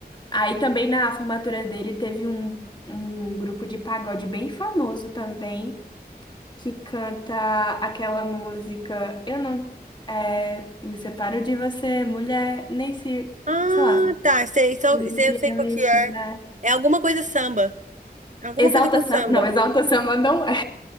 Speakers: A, on the left (about 25°); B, on the right (about 45°).
A: Aí também na formatura dele teve um, um grupo de pagode bem famoso também. que canta aquela música Eu não é, me separo de você, mulher, nem se,
B: Ah,
A: sei lá,
B: tá. Sei, só-
A: se um
B: sei,
A: dia
B: eu sei qual
A: me
B: que é.
A: quiser.
B: É alguma coisa samba. Alguma
A: Exalta
B: coisa com
A: Samba,
B: samba.
A: não, Exalta Samba não é.